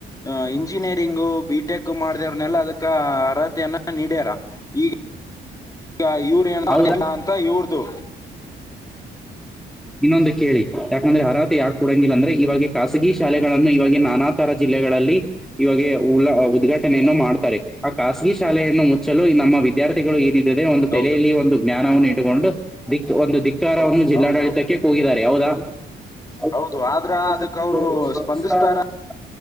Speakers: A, on the left; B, in the centre.
A: ಅ ಇಂಜಿನಿಯರಿಂಗು ಬಿಟೆಕು ಮಾಡಿದಅವರ್ನೆಲ್ಲ ಅದಕ್ ಕ ಅರ್ಹತೆಯನ್ನ ನಿಡ್ಯಾರ ಇಗ್ <unintelligible> ಇವ್ರೆನ್ <unintelligible> ತ್ತ
B: ಹೌದಾ
A: ಇವ್ರದು.
B: ಇನ್ನೊಂದು ಕೇಳಿ ಯಾಕಂದ್ರೆ ಅರಹತೆ ಯಾಕೆ ಕೊಡಂಗಿಲ್ಲ ಅಂದ್ರೆ ಇವಾಗಿ ಖಾಸಗಿ ಶಾಲೆಗಳನ್ನು ಇವಾಗಿನ್ ನಾನಾ ತರ ಜಿಲ್ಲೆಗಳಲ್ಲಿ ಇವಾಗೆ ಉಳಾ ಉದ್ಘಾಟನೆಯನ್ನು ಮಾಡ್ತಾರೇ ಆ ಖಾಸಗಿ ಶಾಲೆಯನ್ನು ಮುಚ್ಚಲು ನಮ್ಮ ವಿದ್ಯಾರ್ಥಿಗಳು ಇಡಿಡದೆ ಒಂದು ತೆಲೆಯಲ್ಲಿ
A: ಹೌದು
B: ಒಂದು ಜ್ಞಾನವನ್ನು ಇಟ್ಟುಕೊಂಡು ದಿಕ್ ಒಂದು ದಿಕ್ಕಾರವನ್ನು
A: ಹೌದು
B: ಜಿಲ್ಲಾಡಳಿತ
A: ಹೌದೌದು
B: ಕೆ ಕೊಗಿದ್ದಾರೆ ಹೌದ <unintelligible>
A: ಹೌದು ಆದ್ರ ಅದಕ್ ಅವರು ಸ್ಪಂದಿಸ್ತಾರ